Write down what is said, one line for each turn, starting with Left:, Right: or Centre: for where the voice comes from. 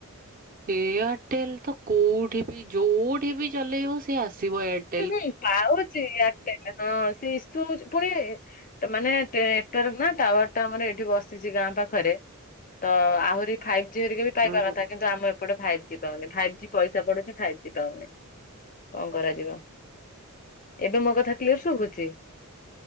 Right: ଏୟାରଟେଲ ତ କୋଉଠି ବି ଯୋଉଠି ବି ଚଲେଇବ ସେ ଆସିବ ଏୟାର
Left: ଏ ହେଇ ପାଉଛି ଏୟାରଟେଲ ହଁ ସେ ପୁଣି ସେମାନେ ଟେ ନେଟୱାର୍କ ନା ଟାୱାର ଟା ଆମର ଏଇଠି ବସିଛି ଗାଁ ପାଖରେ ତ ଆହୁରି ଫାଇଭ୍ ଜି ହେରିକା ବି ପାଇବା
Right: ହୁଁ
Left: କଥା କିନ୍ତୁ ଆମ ଏପଟେ ଫାଇଭ୍ କେତେବିଳ ଫାଇଭ୍ ଜି ପଇସା ପଡୁଛି ଫାଇଭ୍ ଜି ପାଉନି କଣ କରାଯିବ ଏବେ ମୋ କଥା କ୍ଲିୟର ଶୁଘୁଛି